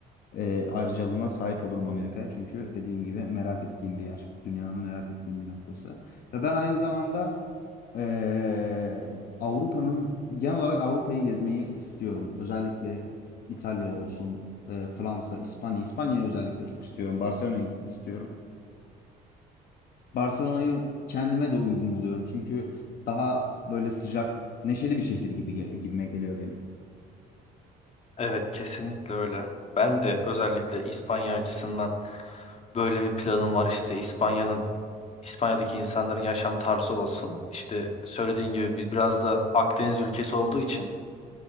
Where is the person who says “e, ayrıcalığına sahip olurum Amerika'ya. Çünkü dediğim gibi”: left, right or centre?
Left